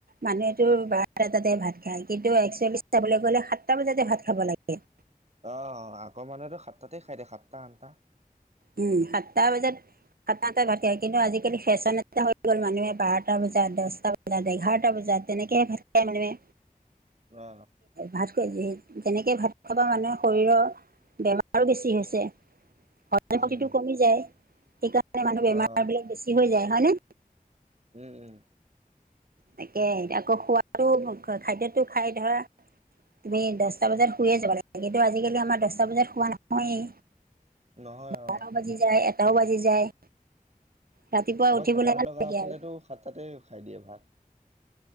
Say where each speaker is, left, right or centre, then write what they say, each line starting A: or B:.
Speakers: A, on the right; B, on the right.
A: মানুহেটো বাৰটাতে ভাত খায়, কিন্তু একচুৱেলি চাবলৈ গলে সাতটা বজাতে ভাত খাব লাগে।
B: অ' আগৰ মানুহেতো সাতটাতে খাই দিয়ে সাতটা আঠটা।
A: উম, সাতটা বজাত। সাতটা আঠটাত ভাট খায় কিন্তু আজিকালি ফেশ্বন এটা হৈ গ'ল মানুহে বাৰটা বজাত দহটা বজাত, ইয়াত এঘাৰটা বজাত তেনেকে হে ভাত খায় মানুহে।
B: অ
A: ভাত খোৱা যেনেকৈ ভাত খোৱাৰ পৰা মানুহৰ শৰীৰৰ বেমাৰো বেছি হৈছে। দেহ শক্তটো
B: উম
A: কমি যায়, সেইকাৰণে মানুহ বেমাৰ
B: অ
A: বিলাক বেছি হৈ যায় হয় নে?
B: উম উম।
A: তাকে আকৌ খোৱাদ টো খাদ্যয়তো খাই ধৰা। তুমি দহটা বজাত শুয়ে যাব লাগে, কিন্তু আজিকালি আমাৰ দহটা বজাত শুৱা নহয়েই।
B: নহয়
A: বাৰটাও
B: অ
A: বাজি যায়, এটাও বাজি যায়। ৰাতিপুৱা
B: আমাক
A: উঠিবলৈ
B: কাকাহঁতৰ
A: এলাহ
B: গাঁও
A: লাগে
B: ফালেতো
A: আৰু
B: সাত তাতে খাই দিয়ে ভাত।